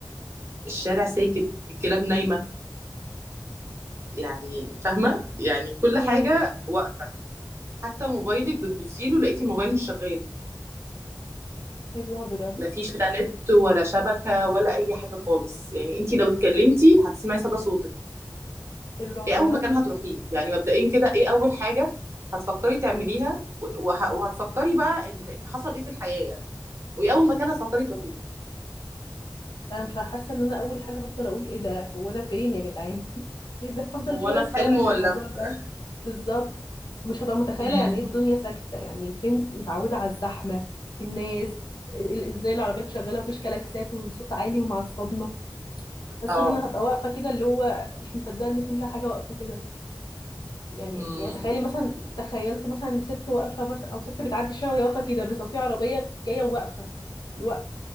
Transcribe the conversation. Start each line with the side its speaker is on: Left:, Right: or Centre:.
Right: الشارع ساكت الكلاب نايمة يعني فاهمة يعني كل
Left: امم
Right: حاجة واقفة حتى موبايلك بتبصي له لقيتي الموبايل مش شغال
Left: الرعب ده
Right: مفيش لا نت ولا شبكة ولا أي حاجة خالص يعني انتي لو اتكلمتي هتسمعي صدى صوتك
Left: إيه الرعب
Right: ايه أول
Left: ده
Right: مكان هتروحيه يعني مبدئيا كده ايه أول حاجة هتفكري تعمليها وه- وهتفكري بقى ان حصل ايه في الحياة يعني وايه أول مكان هتفكري تروحيه
Left: انا مش حاسه ان انا اول حاجه هفضل اقول ايه ده هو انا فين يا جدعان <laughs> ايه ده هفضل
Right: هو
Left: شويه
Right: أنا
Left: استوعب
Right: في حلم ولا
Left: الموضوع
Right: في-
Left: ده بالظبط مش هبقى متخيله
Right: مم.
Left: يعني ايه الدنيا ساكته يعني فين متعوده على الزحمه الناس ال- ازاي العربيات شغاله مفيش كلاكسات وصوت عالي ومعصبنا بس
Right: اه
Left: ان انا هبقى واقفه كده اللي هو مش مصدقه ان كل حاجه واقفه كده يعني
Right: مم.
Left: يعني تخيلي مثلا تخيلت مثلا ان ست واقفه مثلا او ست بتعدي الشارع وهي واقفه كده بس هو في عربيه جايه وواقفه اللي هو